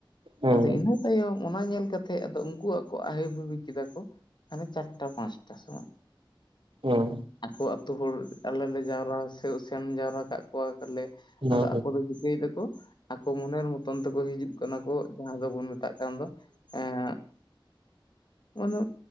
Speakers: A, on the right; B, on the left.
A: ᱦᱩᱸ
B: ᱟᱫᱚ ᱤᱱᱟᱹ ᱛᱟᱭᱚᱢ ᱚᱱᱟ ᱧᱮᱞ ᱠᱟᱛᱮ ᱛᱮ ᱟᱫᱚ ᱩᱝᱠᱩᱣᱟᱜ ᱠᱚ ᱟᱭᱤ ᱵᱷᱟᱵᱤ ᱠᱮᱫᱟ ᱠᱚ ᱦᱟᱱᱮ ᱪᱟᱨᱴᱟ ᱯᱟᱸᱪᱴᱟ ᱥᱚᱢᱚᱭ
A: ᱦᱩᱸ
B: ᱟᱠᱚ ᱟᱹᱛᱩ ᱦᱚᱲ ᱟᱞᱮ ᱞᱮ ᱡᱟᱣᱨᱟ ᱥᱮ ᱥᱮᱱ ᱡᱟᱣᱨᱟ ᱠᱟᱜ ᱠᱚᱣᱟᱞᱮ
A: ᱦᱩᱸ
B: ᱟᱫᱚ ᱟᱠ ᱫᱚ‌ ᱡᱩᱫᱤ <unintelligible> ᱠᱚ ᱟᱠᱚ ᱢᱚᱱᱮᱨ ᱢᱚᱛᱚᱱ ᱛᱮᱠᱚ ᱦᱤᱡᱩᱜ ᱠᱟᱱᱟ ᱠᱚ ᱡᱟᱦᱟᱸ ᱫᱚᱵᱚᱱ ᱢᱮᱛᱟᱜ ᱠᱟᱱ ᱫᱚ ᱮᱸ ᱢᱟᱱᱮ